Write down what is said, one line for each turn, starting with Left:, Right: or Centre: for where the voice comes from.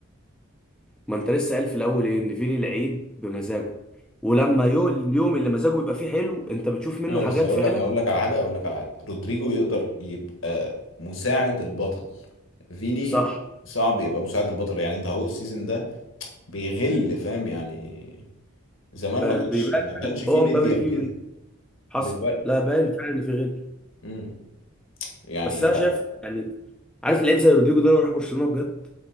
Centre: ما انت لسه قال في الاول ايه ان فيني لعيب بمزاجه ولما يو- اليوم اللي مزاجه بيبقى فيه حلو انت بتشوف منه
Left: اه
Centre: حاجات
Left: بس هقول
Centre: فعلا
Left: لك هقول لك على حاجة هقول لك على حاجة رودريجو يقدر يبقى مساعد البطل فيني
Centre: صح
Left: صعب يبقى مساعد البطل يعني انت اهو السيزون ده بيغل فاهم يعني زمان
Centre: ب-
Left: ما كانش
Centre: بيبان
Left: ما كانش
Centre: فعلا
Left: فيه
Centre: هو
Left: ميديا
Centre: مبابي فيه
Left: وكده
Centre: حصل
Left: دلوقتي
Centre: لا باين فعلا ان في غل
Left: امم يعني
Centre: بس انا
Left: لا
Centre: شايف يعني عارف لعيب زي رودريجو ده لو راح برشلونه بجد